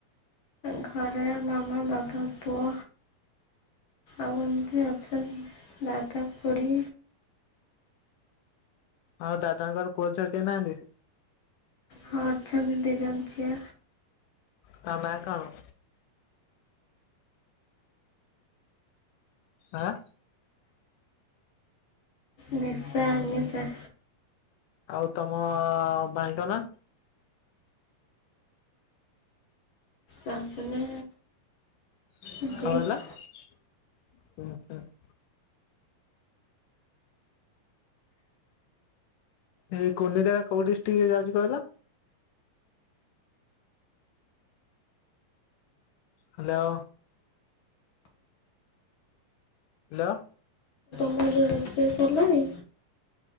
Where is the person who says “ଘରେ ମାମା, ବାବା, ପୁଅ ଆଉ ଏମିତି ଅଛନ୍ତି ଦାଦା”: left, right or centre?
Left